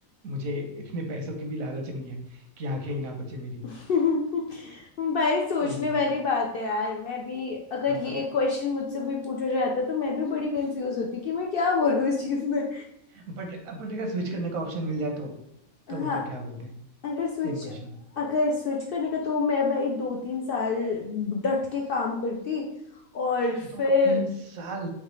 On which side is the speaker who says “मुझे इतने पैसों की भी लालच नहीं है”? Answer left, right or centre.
Right